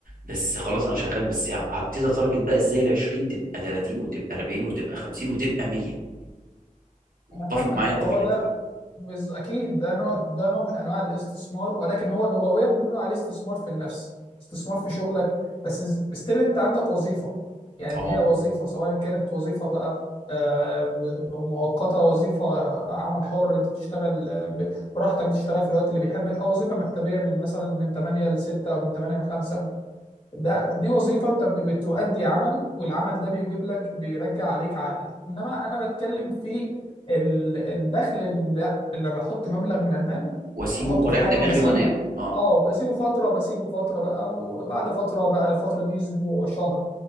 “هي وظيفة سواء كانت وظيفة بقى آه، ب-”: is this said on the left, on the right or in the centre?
Left